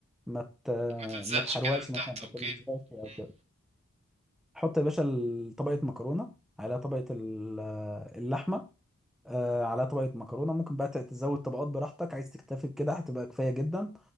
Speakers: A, in the centre; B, on the right.
A: ما ت- آه،
B: ما تلزقش
A: ما تحرقش
B: كده من
A: مثلا
B: تحت اوكي
A: ما تلزقش او
B: مم.
A: كده حط يا باشا ال- طبقه مكرونه على طبقه ال- آه، اللحمه آه، على طبقه مكرونه ممكن بقى ت- تزود طبقات براحتك عايز تكتفي بكده هتبقى كفايه جدا